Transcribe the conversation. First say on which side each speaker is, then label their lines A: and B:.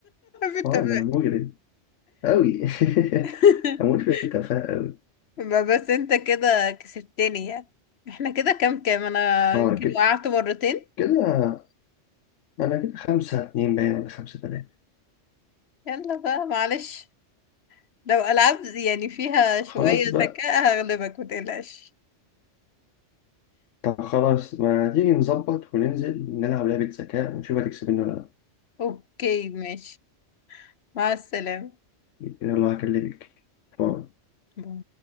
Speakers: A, on the left (about 60°); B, on the left (about 80°).
A: في التفاهة
B: اه ده انا مجرد أوي
A: <laughs>
B: <laughs> أموت في التفاهة أوي
A: ما بس انت كده كسبتني يعني احنا كده كام كام انا
B: اه
A: يمكن
B: كده
A: وقعت مرتين
B: كده أنا كده خمسة اتنين باين ولا خمسة تلاتة
A: يلا بقى معلش لو ألعاب يعني فيها شوية
B: خلاص بقى
A: ذكاء هغلبك متقلقش
B: طب خلاص ما تيجي نظبط وننزل نلعب لعبة ذكاء ونشوف هتكسبني ولا لأ
A: اوكي ماشي مع السلامة
B: يلا هكلمك باي.
A: باي.